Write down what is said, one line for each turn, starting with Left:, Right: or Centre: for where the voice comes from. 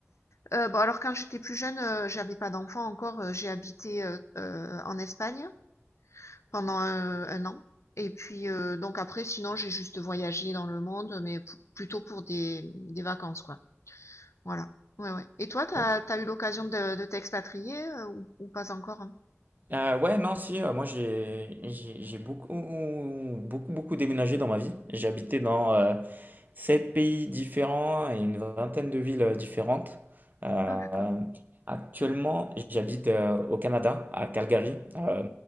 Left: Heu, bah, alors quand j'étais plus jeune, heu, j'avais pas d'enfant encore, heu, j'ai habité, heu heu, en Espagne pendant, un 1 an et puis, heu, donc après sinon j'ai juste voyagé dans le monde, mais pou plutôt pour des des vacances, quoi. Voilà. Ouais, ouais et toi, t'as
Right: Ok.
Left: t'as eu l'occasion de de t'expatrier, heu, ou ou pas encore? hein?
Right: Euh, ouais, non, si, euh, moi j'ai j'ai j'ai beaucoup, beaucoup, beaucoup déménagé dans ma vie. J'ai habité dans euh, sept pays différents et une vingtaine de villes euh, différentes. Euh,
Left: Ah d'accord,
Right: actuellement, j'habite euh, au Canada, à Calgary. Euh,